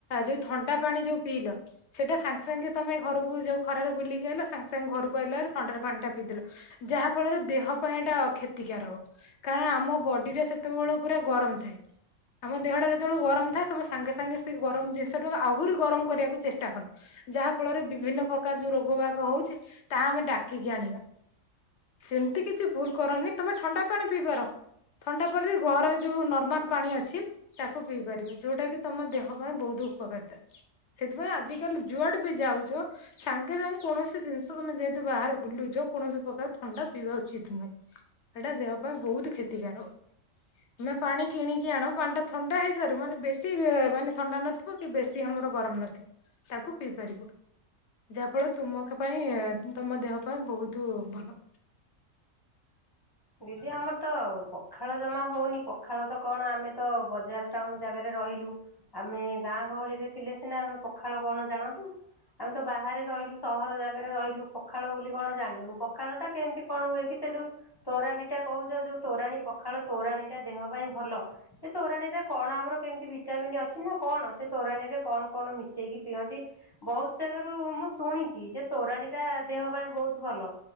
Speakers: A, on the left; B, on the left.
A: ଯୋଉ ଥଣ୍ଡା ପାଣି ଯୋଉ ପିଇଲ ସେଇଟା ସାଙ୍ଗେ ସାଙ୍ଗେ ତମେ ଘରକୁ ଯୋଉ ଖରାରେ ବୁଲିକି ଆଇଲ ସାଙ୍ଗେ ସାଙ୍ଗେ ଘରକୁ ଆଇିଲା ପରେ ଥଣ୍ଡାରେ ପାଣିଟା ପିଇଦେଲ। ଯାହା ଫଳରେ ଦେହ ପାଇଁ ଏଇଟା କ୍ଷତିକାର ହବ। କା ଆମ ବଡିଟା ସେତେବେଳୁ ପୁରା ଗରମ ଥାଏ। ଆମ ଦେହଟା ଯେତେବେଳୁ ଗରମ ଥାଏ, ତମେ ସାଙ୍ଗେ ସାଙ୍ଗେ ସେ ତମ ଜିନିଷଟାକୁ ଆହୁରି ଗରମ କରିବାକୁ ଚେଷ୍ଟା କଲ। ଯାହା ଫଳରେ ବିଭିନ୍ନ ପ୍ରକାର ଯୋଉ ରୋଗ ବାଗ ହଉଛି, ତାହା ଆମେ ଡାକିକି ଆଣିବା। ସେମିତି କିଛି ଭୁଲ କରନି ତମେ ଥଣ୍ଡା ପାଣି ପିଇପାର। ଥଣ୍ଡା ପରେ ବି ଘର ଯୋଉ ନର୍ମାଲ ପାଣି ଅଛି ତାକୁ ପିଇପାରିବ ଯେଉଟା କିି ତମ ଦେହ ପାଇଁ ବହୁତ ଉପକାରିତା, ସେଥିପାଇଁ ଆଜିିକାଲି ଯୁଆଡେ ବି ଯାଉଛ ସାଙ୍ଗେରେ ରହି କୌଣସି ଜିନିଷ ତମେ ଯେହେତୁ ବାହାରେ ବୁଲୁଛ, କୌଣସି ପ୍ରକାର ଥଣ୍ଡା ପିଇବା ଉଚିତ ନୁହେଁ। ଏଇଟା ଦେହ ପାଇଁ ବହୁତ କ୍ଷତିକାର। ତମେ ପାଣି କିଣିକି ଆଣ ପାଣି ଟା ଥଣ୍ଡା ହେଇସାରୁ ମାନେ ବେଶୀ ମାନେ ଥଣ୍ଡା ନଥିବ କି, ବେଶୀ ଆମର ଗରମ ନଥିବ, ତାକୁ ପିଇ ପାରିବ। ଯାହା ଫଳରେ ତୁମ ପାଇଁ ତମ ଦେହ ପାଇଁ ବହୁତ ଭଲ।
B: ଦିଦି ଆମର ତ ପଖାଳ ଜମା ହଉନି, ପଖାଳ ତ କଣ ଆମେ ତ ବଜାର ଟାଉନ ଜାଗାରେ ରହିଲୁ। ଆମେ ଗାଁ ଗହଳି ରେ ଥିଲେ ସିନା ଆମେ ପଖାଳ କଣ ଜାଣନ୍ତୁ? ଆମେ ତ ବାହାରେ ରହିଲୁ ସହର ଜାଗାରେ ରହିଲୁ ପଖାଳ ବୋଲି କଣ ଜାଣିଲୁନୁ ପଖାଳ ଟା କେମିତି କଣ ହୁଏ କି ସେ ଯୋଉ ତୋରାଣୀ ଟା କହୁଛ, ଯୋଉ ତୋରାଣୀ ପଖାଳ ତୋରାଣୀ ଟା ଦେହ ପାଇଁ ଭଲ ସେ ତୋରାଣୀରେ କଣ ଆମର କେମିତି ଭିଟାମିନ୍ ଅଛି ନା କଣ, ସେ ତୋରାଣୀ ରେ କଣ କଣ ମିଶେଇକି ପିଅନ୍ତି? ବହୁତ ଜାଗାରୁ ମୁଁ ଶୁଣିଛି ଯେ ତୋରାଣୀ ଟା ଦେହ ପାଇଁ ବହୁତ ଭଲ।